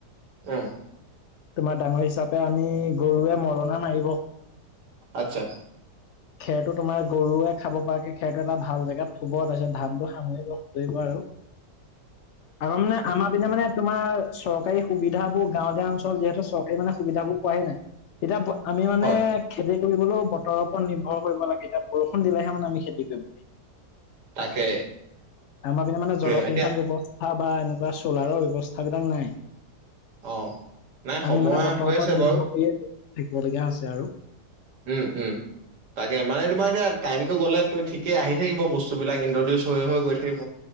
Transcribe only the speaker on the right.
উম
আতছা
হয়
তাকে
এইটোৱে
এতিয়া
অ নাই সময়
হৈ
আছে
বাৰু
উম উম তাকে মানে তোমাৰ এতিয়া টাইমটো গ'লে ঠিকেই আহি থাকিব বস্তুবিলাক ইণ্ট্ৰডিউচ হৈ হৈ গৈ থাকিব